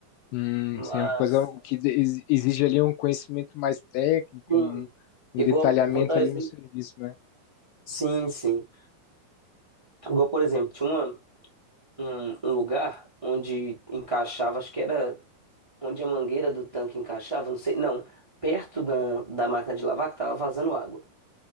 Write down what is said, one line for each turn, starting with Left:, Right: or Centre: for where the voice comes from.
Left: Hum,
Right: Mas,
Left: sim, é uma coisa que ex- exige ali um conhecimento mais técnico,
Right: sim,
Left: um, um
Right: igual,
Left: detalhamento
Right: vou dar um exemplo.
Left: ali no serviço, né?
Right: Sim, sim. Igual, por exemplo, tinha uma, um, um lugar onde encaixava, acho que era. onde a mangueira do tanque encaixava, não sei, não, perto da, da máquina de lavar que tava vazando água.